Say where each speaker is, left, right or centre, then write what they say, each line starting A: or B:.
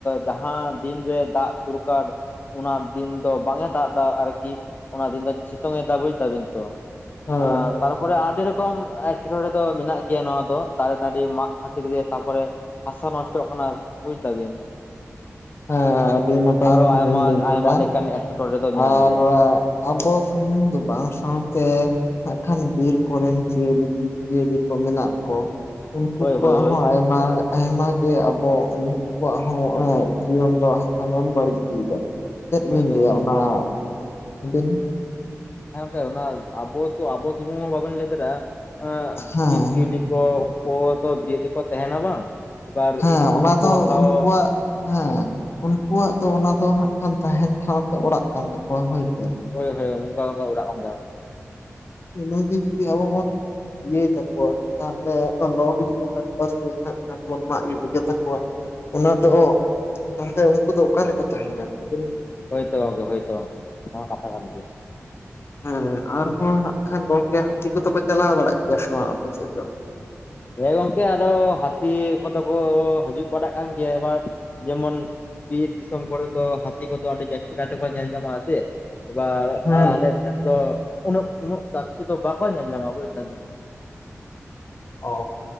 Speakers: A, on the left; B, on the left.
A: ᱡᱟᱦᱟᱸ ᱫᱤᱱᱨᱮ ᱫᱟᱜ ᱫᱚᱨᱠᱟᱨ ᱚᱱᱟ ᱫᱤᱱ ᱫᱚ ᱵᱟᱝ ᱮ ᱫᱟᱜ ᱮᱫᱟ ᱟᱨᱠᱤ ᱚᱱᱟ ᱫᱤᱱ ᱫᱚ ᱥᱤᱛᱩᱝ ᱮᱫᱟ ᱵᱩᱡ ᱫᱟᱵᱤᱱ ᱛᱚ
B: ᱦᱮᱸ
A: ᱟ ᱛᱟᱨᱯᱚᱨ ᱟᱰᱤ ᱨᱚᱠᱚᱢ ᱮᱰ ᱮᱴᱠᱮᱴᱚᱬᱮ ᱫᱚ ᱢᱮᱱᱟᱜ ᱜᱮᱭᱟ ᱱᱚᱣᱟ ᱫᱚ ᱫᱟᱨᱮ ᱱᱟᱹᱲᱤ ᱢᱟᱜ ᱠᱷᱟᱹᱛᱤᱨ ᱜᱮ ᱛᱟᱨᱯᱚᱨᱮ ᱦᱟᱥᱟ ᱱᱚᱥᱴᱚᱜ ᱠᱟᱱᱟ ᱵᱩᱡᱽ ᱫᱟᱵᱤᱱ
B: ᱦᱮᱸ ᱟᱹᱰᱤ ᱱᱟᱯᱟᱭ
A: ᱟᱨᱚ
B: ᱠᱟᱛᱷᱟ
A: ᱟᱭᱢᱟ
B: ᱵᱮᱤᱱ ᱞᱟᱹᱭ ᱠᱮᱫᱟ
A: ᱟᱭᱢᱟ ᱞᱮᱠᱟᱱ ᱮᱴᱠᱮᱴᱚᱬᱮ ᱫᱚ ᱢᱮᱱᱟᱜ
B: ᱟᱨᱻ
A: ᱜᱮᱭᱟ
B: ᱟᱵᱚ ᱥᱩᱢᱩᱝ ᱫᱚ ᱵᱟᱝ ᱥᱟᱶᱛᱮ ᱟᱨᱠᱷᱟᱱ ᱵᱤᱨ ᱠᱚᱨᱮᱱ ᱡᱤᱭᱟᱹᱞᱤ ᱡᱤᱵ ᱡᱤᱭᱟᱹᱞᱤ ᱠᱚ ᱢᱮᱱᱟᱜ ᱠᱚ ᱩᱱᱠᱩ
A: ᱦᱳᱭ
B: ᱠᱚᱣᱟᱜ
A: ᱦᱳᱭ ᱦᱳᱭ
B: ᱦᱚᱸ ᱟᱭᱢᱟ ᱟᱭᱢᱟᱜᱮ ᱟᱵᱚ ᱩᱱᱠᱩ ᱠᱚᱣᱟᱜ ᱦᱚᱸ ᱮᱡ ᱡᱤᱭᱚᱱ ᱫᱚ ᱟᱢᱮᱢ ᱵᱟᱹᱲᱤᱡ ᱤᱫᱤ ᱮᱫᱟ ᱪᱮᱫ
A: ᱦᱳᱭ
B: ᱵᱤᱱ
A: ᱛᱚ
B: ᱞᱟᱹᱭᱼᱟ ᱚᱱᱟ ᱟᱹᱵᱤᱱ
A: ᱦᱮᱸ ᱜᱚᱝᱠᱮ ᱚᱱᱟ ᱟᱵᱚ ᱥᱮ ᱟᱵᱚ ᱥᱩᱢᱩᱝ ᱦᱚᱸ ᱵᱟᱵᱮᱱ ᱞᱟᱹᱭ ᱫᱟᱲᱮᱭᱟᱜᱼᱟ
B: ᱦᱮᱸ
A: ᱡᱤᱵ ᱡᱤᱭᱟᱹᱞᱤ <unintelligible> ᱩᱱᱠᱩ ᱛᱚ ᱵᱤᱭᱮ ᱛᱮᱠᱚ ᱛᱟᱦᱮᱱᱟ ᱵᱟᱝ ᱮᱵᱟᱨ
B: ᱦᱮᱸ
A: ᱩᱱᱠᱩ
B: ᱚᱱᱟ
A: ᱯᱦᱟᱣ
B: ᱫᱚ ᱩᱱᱠᱩᱣᱟᱜ ᱦᱮᱸ ᱩᱱᱠᱩᱣᱟᱜ ᱫᱚ ᱚᱱᱟ ᱫᱚ ᱦᱟᱸᱜ ᱠᱷᱟᱱ ᱛᱟᱦᱮᱱ ᱴᱷᱟᱶ ᱥᱮ ᱚᱲᱟᱜ ᱠᱟᱱ ᱛᱟᱠᱚᱣᱟ ᱦᱳᱭᱥᱮ
A: ᱦᱳᱭ ᱦᱳᱭ ᱚᱱᱠᱟ ᱚᱱᱠᱟ ᱚᱲᱟᱜ ᱦᱚᱢ ᱧᱟᱢᱟ
B: ᱤᱱᱟᱜ ᱜᱮ ᱡᱩᱫᱤ ᱟᱵᱚ ᱵᱚᱱ ᱤᱭᱟᱹᱭ ᱛᱟᱠᱚᱣᱟ ᱛᱟᱦᱚᱞᱮ ᱞᱚ ᱜᱤᱰᱤ ᱠᱟᱜ ᱛᱟᱠᱚᱶᱟ ᱥᱮ ᱦᱟᱜ ᱠᱷᱟᱱ ᱵᱚᱱ ᱢᱟᱜ ᱜᱤᱰᱤ ᱠᱟᱜ ᱛᱟᱠᱚᱶᱟ ᱚᱱᱟ ᱫᱚ ᱛᱟᱦᱞᱮ ᱩᱱᱠᱩ ᱫᱚ ᱚᱠᱟ ᱨᱮᱠᱚ ᱛᱟᱦᱮᱱᱟ ᱟᱹᱵᱤᱱ
A: ᱦᱚᱭᱛᱚ ᱜᱚᱢᱠᱮ ᱦᱚᱭᱛᱚ ᱜᱚᱢᱠᱮ ᱱᱚᱣᱟ ᱠᱟᱛᱷᱟ ᱠᱟᱱ ᱜᱮᱭᱟ
B: ᱦᱮᱸ ᱟᱨᱦᱚᱸ ᱱᱟᱦᱟᱜ ᱠᱷᱟᱱ ᱜᱚᱝᱠᱮ ᱦᱟᱹᱛᱤ ᱠᱚᱫᱚ ᱠᱚ ᱪᱟᱞᱟᱣ ᱵᱟᱲᱟᱜ ᱜᱮᱭᱟ ᱥᱮ ᱵᱟᱝ ᱟᱯᱮ ᱥᱮᱫ ᱫᱚ?
A: ᱦᱮᱸ ᱜᱚᱝᱠᱮ ᱟᱫᱚ ᱦᱟᱹᱛᱤ ᱠᱚᱫᱚ ᱠᱚ ᱦᱤᱡᱩᱜ ᱵᱟᱲᱟᱜ ᱠᱟᱱ ᱜᱮᱭᱟ ᱮᱵᱟᱨ ᱡᱮᱢᱚᱱ ᱵᱤᱨ ᱫᱤᱥᱚᱢ ᱠᱚᱨᱮ ᱫᱚ ᱦᱟᱹᱛᱤ ᱠᱚᱫᱚ ᱟᱹᱰᱤ ᱡᱟᱹᱥᱛᱤ ᱠᱟᱛᱮ ᱠᱚ ᱧᱮᱞ ᱧᱟᱢᱚᱜᱼ ᱟ ᱡᱮ ᱮᱵᱟᱨ
B: ᱦᱮᱸ
A: ᱟᱞᱮ ᱴᱷᱮᱱ ᱫᱚ ᱩᱱᱟᱹᱜ ᱩᱱᱟᱹᱜ ᱡᱟᱥᱛᱤ ᱫᱚ ᱵᱟᱠᱚ ᱧᱮᱞ ᱧᱟᱢᱟ ᱵᱩᱡ ᱫᱟ ᱵᱤᱱ
B: ᱚ